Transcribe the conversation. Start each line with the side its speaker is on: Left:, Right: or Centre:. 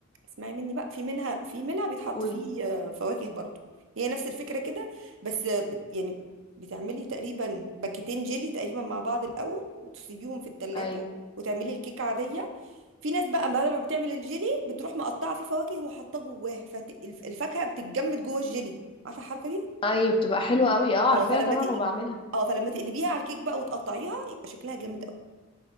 Right: اسمعي مني بقى في منها في منها بيتحط
Left: قولي
Right: فيه آه، فواكه برضو هي نفس الفكرة كده بس آه، بت- يعني بتعملي تقريبا باكيتين جيلي تقريبا مع بعض الأول وتسيبيهم في التلاجة
Left: اي
Right: وتعملي الكيكة عادية في ناس بقى بعد ما بتعمل الجيلي بتروح مقطعة فيه فواكه وحاطاه جواه فالفاكهة بتتجمد جوه الجيلي عارفة الحركة دي؟
Left: اي بتبقى حلوة قوي اه
Right: اه
Left: عارفاها
Right: فلما
Left: طبعا
Right: تقلي
Left: وبعملها
Right: اه فلما تقلبيها على الكيك بقى وتقطعيها يبقى شكلها جامد قوي